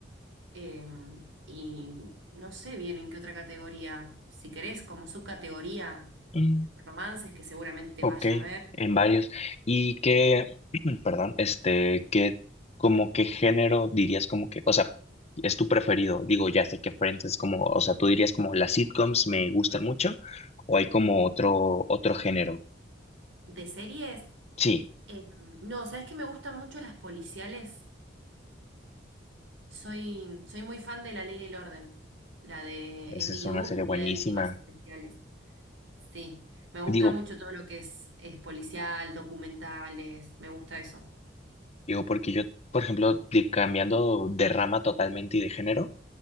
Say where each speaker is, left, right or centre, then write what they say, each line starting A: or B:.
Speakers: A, on the right; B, on the left.
A: Em, y no sé bien en qué otra categoría. Si querés, como subcategoría,
B: Mm,
A: romances, que seguramente
B: Ok,
A: vaya a ver.
B: en varios. ¿Y qué, <clears throat> perdón, este, qué, como qué género dirías como que, o sea, es tu preferido? Digo, ya sé que Friends es como, o sea, tú dirías como las sitcoms me gustan mucho, o hay como otro, otro género.
A: De series,
B: Sí,
A: em, no, sabes que me gustan mucho las policiales? Soy, soy muy fan de La Ley y el Orden, la de
B: esa
A: SBU,
B: es una serie
A: Unidad
B: buenísima.
A: de Víctimas Especiales. Sí, me gusta
B: Digo,
A: mucho todo lo que es, es policial, documentales, me gusta eso.
B: Digo, porque yo, por ejemplo, de- cambiando de rama totalmente y de género,